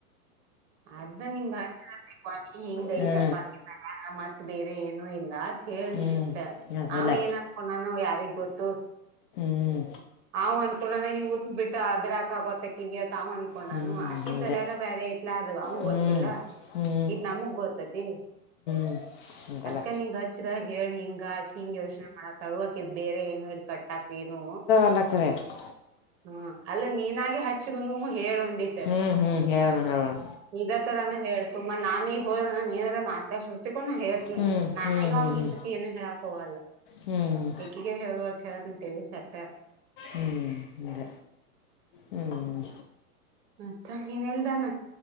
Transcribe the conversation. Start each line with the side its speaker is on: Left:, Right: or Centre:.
Right: ಅದ ನಿಂಗ ಭಾ ಚತ್ರಿ ಕವಾಣಿ ಹಿಂಗೈ
Left: ಹ್ಞೂ
Right: ತಪ್ಪ ಆಕತ್ತಲ್ ಆಗ ಮತ್ ಬೇರೆ ಏನು ಇಲ್ಲ ಅಂತ ಹೇಳ್
Left: ಹ್ಞೂ
Right: ನಿ ಅಷ್ಟ
Left: ಅದೆಲ್ಲ
Right: ಅವ ಏನ್ ಅನ್ಕೊಂಡಾನ ಯಾರಿಗ್ ಗೊತ್ತು
Left: ಹ್ಮ್
Right: ಅವ್ ಅನ್ಕೊಂಡಾನ ಇವರು ಬಿಟ್ಟ ಬಿರಾಕ ಆಗೋತ್ತ ಅಕ್ಕಿಗ ಅವ್ ಅನ್ಕೊಂಡಾನು
Left: ಹ್ಞೂ
Right: ಅಕಿ
Left: ಹಿಂದೆ
Right: ತಲಯಾಗ ಬೇರೆ ಇಲ ಆದಾಗ ಅವಂಗ
Left: ಹ್ಞೂ
Right: ಗೊತ್ತಿಲ್ಲ
Left: ಹ್ಞೂ
Right: ಇದ್ ನಮಗ್ ಗೊತ್ತೈತಿ
Left: ್ಮ ಎಂತಲ್ಲ
Right: ಈ ನಿಂಗ ಹಚ್ಚರ ಹೇಳಿ ಹಿಂಗಾಕ ಹಿಂಗ್ ಯೋಚನೆ ಮಾಡಕತಾಳು ಅಕಿದ್ ಬೇರೆ ಏನು ಇಲ್ ಕಟ್ಟಾಕ್ ಏನು
Left: ಕಲಕ್ಕ್ರ <unintelligible>
Right: ಹಾ ಅಲ್ಲ ನೀನಾಗೆ ಹಚ್ಚಿದನು ಹೇಳ ಒಂದಿತ್ತು
Left: ಹ್ಮ್ ಹ್ಮ್ ಹೇಳುಣ ಹೇಳುಣ
Right: ಇದ ತರಾನ ಹೇಳ್ ಸುಮ್ಮಾ ನಾನ್ ಈಗ ಹೋದ ನ ಏನಲ್ಲ ಮಾತಾಡ್ಸಿರ್ಕೊಂಡು ಹ ಹ್ಮ್
Left: ಹ್ಞೂ
Right: ನನಾಗ
Left: ಹ್ಞೂ ಹ್ಞೂ
Right: ಅವಂಗ
Left: ಹ್ಞೂ
Right: ಈ ಸತಿ ಏನು ಹೇಳಾಕ್ ಹೋಗಲ್ಲ
Left: ಹ್ಞೂ
Right: ಈಗ ಹೇಳುವಷ್ಟ್ ಹೇಳೇಂತೇವಿ ಸಟ್ಟ <unintelligible>
Left: ಹ್ಮ್ ಅದ ಹ್ಮ್ಮ್
Right: ಮತ್ತ ಇಮೇಲ್ದಾನ